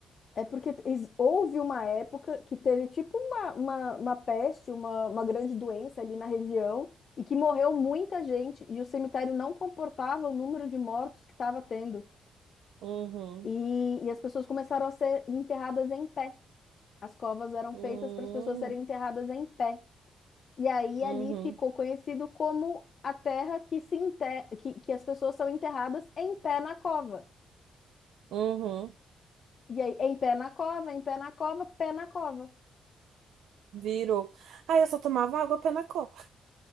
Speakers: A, on the left (about 55°); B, on the right (about 80°).
A: É porque ex- houve uma época que teve tipo uma, uma, uma peste, uma, uma grande doença ali na região, e que morreu muita gente, e o cemitério não comportava o número de mortos que estava tendo.
B: Uhum.
A: E, e as pessoas começaram a ser enterradas em pé. As covas eram
B: Uhum.
A: feitas para as pessoas serem enterradas em pé. E aí
B: Uhum.
A: ali ficou conhecido como a terra que se enter... que, que as pessoas são enterradas em pé na cova.
B: Uhum.
A: E aí, em pé na cova, em pé na cova, pé na cova.
B: Virou. Ah, eu só tomava água pé na copa.